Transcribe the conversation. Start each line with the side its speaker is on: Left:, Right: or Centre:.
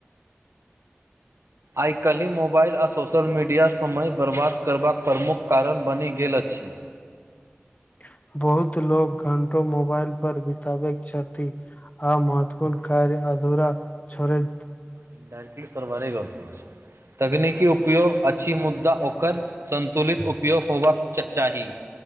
Right: आइकाल्हि मोबाइल आ सोशल मीडिया समय बर्बाद करबाक प्रमुख कारण बनि गेल छी
Left: त बहुत लोक घण्टों मोबाइल पर बितबैत छथि आ महत्वपूर्ण कार्य अधूरा छोरय
Right: इड्टली तोर बारे गल्प छौ तकनीकी उपयोग अछि मुद्दा ओकर सन्तुलित उपयोग होयबाक चा चाही